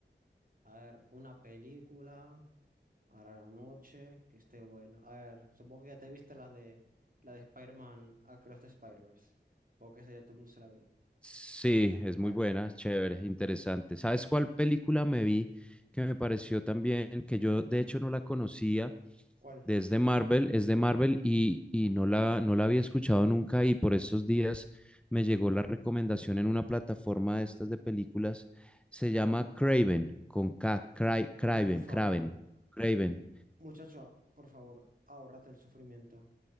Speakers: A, on the right (about 50°); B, in the centre.
A: <laughs> A ver, una película, ahora la noche, que esté buena. A ver, supongo que ya te viste la de, la de Spider-Man Across the Spider-Verse. Supongo que esa ya todo el mundo se la vio.
B: Sí, es
A: Bueno,
B: muy buena, chévere, interesante. ¿Sabes cuál película me vi que me pareció también, que yo de hecho no la conocía,
A: ¿cuál?
B: desde Marvel, es de Marvel y, y no la, no la había escuchado nunca y por estos días me llegó la recomendación en una plataforma de estas de películas, se llama Craven, con K, Cry- Craven,
A: Por favor,
B: Craven, Craven.
A: muchacho, por favor, ahórrate el sufrimiento.